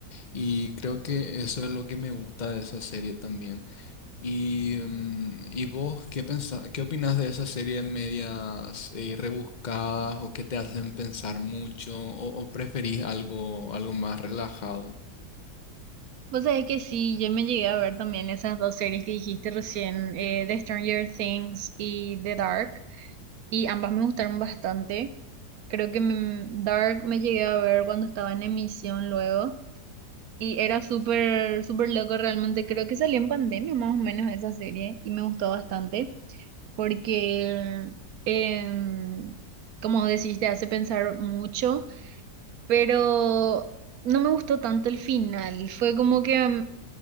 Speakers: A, on the left; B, on the right.
A: Y creo que eso es lo que me gusta de esa serie también. Y, mm, ¿y vos qué pensás, qué opinás de esas series medias eh, rebuscadas o que te hacen pensar mucho o, o preferís algo, algo más relajado?
B: Vos sabés que sí, yo me llegué a ver también esas dos series que dijiste recién, eh, The Stranger Things y The Dark, y ambas me gustaron bastante. Creo que mm, Dark me llegué a ver cuando estaba en emisión luego. Y era súper, súper loco realmente. Creo que salió en pandemia más o menos esa serie y me gustó bastante porque, em, como decís, te hace pensar mucho, pero no me gustó tanto el final. Fue como que em,